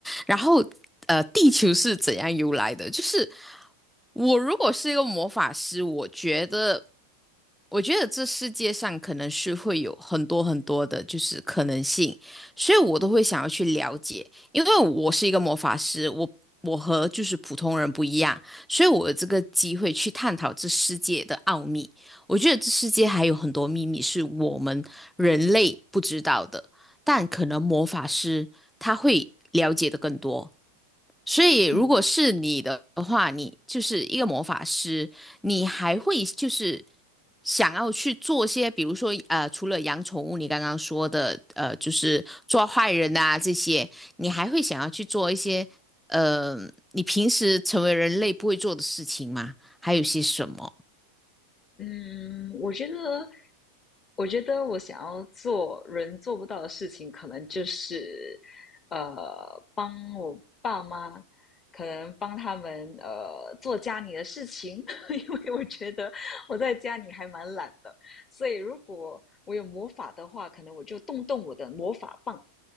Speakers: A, in the centre; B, on the left.
A: 然后，呃，地球是怎样由来的？就是我如果是一个魔法师，我觉得，我觉得这世界上可能是会有很多很多的，就是可能性，所以我都会想要去了解，因为我是一个魔法师，我我和就是普通人不一样，所以我有这个机会去探讨这世界的奥秘。我觉得这世界还有很多秘密是我们人类不知道的。但可能魔法师他会了解的更多。所以，如果是你的话，
B: 嗯
A: 你就是一个魔法师，你还会就是想要去做些，比如说呃，除了养宠物，你刚刚说的呃，就是抓坏人啊这些，你还会想要去做一些呃，你平时成为人类不会做的事情吗？还有些什么？
B: 嗯，我觉得，我觉得我想要做人做不到的事情，可能就是，呃，帮我爸妈，可能帮他们呃做家里的事情，<laughs> 因为我觉得我在家里还蛮懒的，所以如果我有魔法的话，可能我就动动我的魔法棒，